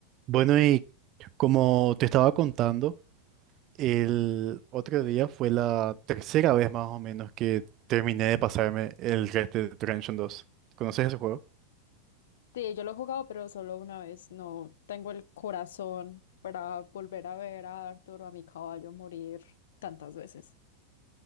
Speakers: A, on the right; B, on the left.
A: Bueno, y como te estaba contando, el otro día fue la tercera vez más o menos que terminé de pasarme el Red Dead Redemption dos. ¿Conoces ese juego?
B: Sí, yo lo he jugado, pero solo una vez. No tengo el corazón para volver a ver a Arthur o a mi caballo morir tantas veces.